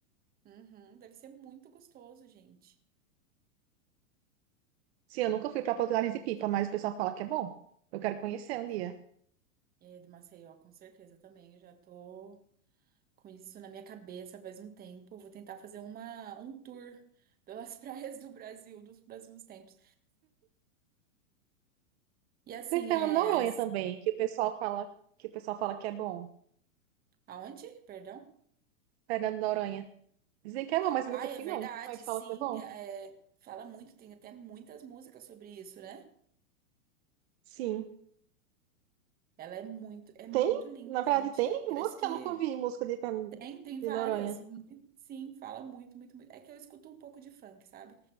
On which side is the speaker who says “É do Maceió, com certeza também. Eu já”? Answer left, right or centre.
Right